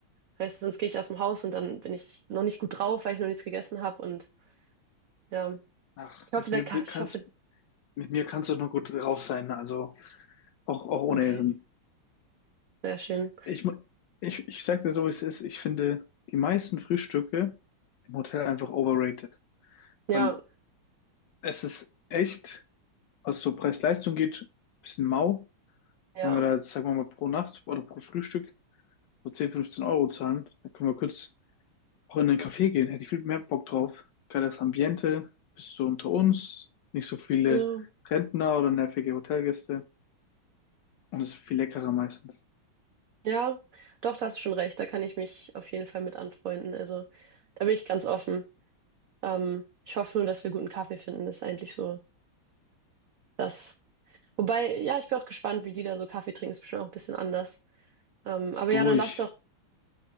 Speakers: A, on the right; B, on the left.
A: weißt du, sonst gehe ich aus dem Haus und dann bin ich noch nicht gut drauf, weil ich noch nichts gegessen habe und ja.
B: Ach,
A: Ich hoffe,
B: mit
A: der
B: mir
A: Ka
B: be-
A: ich
B: kannst,
A: hoffe,
B: mit mir kannst du doch nur gut drauf sein, also auch, auch ohne
A: okay,
B: Essen.
A: sehr schön.
B: Ich, mu- ich, ich sag dir so, wie es ist. Ich finde die meisten Frühstücke im Hotel einfach overrated, weil
A: Ja,
B: es ist echt, was so Preis-Leistung geht, ein bisschen mau.
A: ja,
B: Wenn wir da jetzt, sagen wir mal, pro Nacht oder pro Frühstück so 10 15 Euro zahlen, dann können wir kurz Auch in einen Café gehen, hätte ich viel mehr Bock drauf. Geiles Ambiente, bist du unter uns, nicht so viele
A: ja,
B: Rentner oder nervige Hotelgäste und es ist viel leckerer meistens.
A: ja, doch, da hast du schon recht, da kann ich mich auf jeden Fall mit anfreunden, also. Da bin ich ganz offen. Ähm, ich hoffe nur, dass wir guten Kaffee finden. Das ist eigentlich so das. Wobei, ja, ich bin auch gespannt, wie die da so Kaffee trinken. Ist bestimmt auch ein bisschen anders. Ähm, aber
B: Du,
A: ja, dann
B: ich,
A: lass doch,